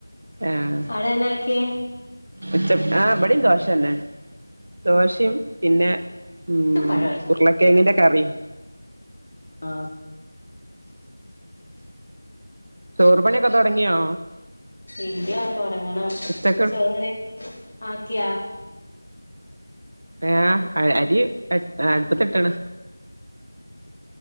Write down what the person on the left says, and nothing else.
അയേന്നാക്ക്യേ
പുട്ടും പഴമായിരുന്നു
ആ
ഇല്ല്യാ തൊടങ്ങണം
ചോറുംകറിം ആക്കിയാ?